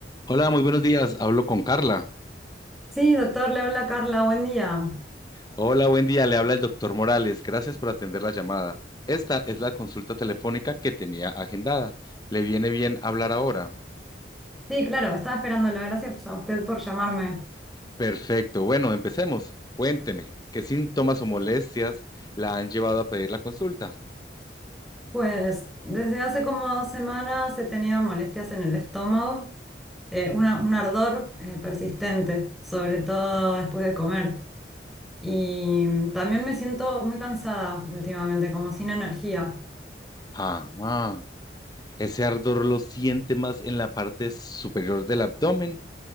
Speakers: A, on the left; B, in the centre.
A: Hola, muy buenos días. Hablo con Carla.
B: Sí, doctor, le habla Carla, buen día.
A: Hola, buen día. Le habla el doctor Morales. Gracias por atender la llamada. Esta es la consulta telefónica que tenía agendada. ¿Le viene bien hablar ahora?
B: Sí, claro, estaba esperándolo. Gracias pues, a usted por llamarme.
A: Perfecto. Bueno, empecemos. Cuénteme, ¿qué síntomas o molestias la han llevado a pedir la consulta?
B: Pues desde hace como dos semanas he tenido molestias en el estómago, eh, una- un ardor eh, persistente, sobre todo después de comer. Y mm, también me siento muy cansada últimamente, como sin energía.
A: Ah, ah. Ese ardor lo siente más en la parte superior del abdomen.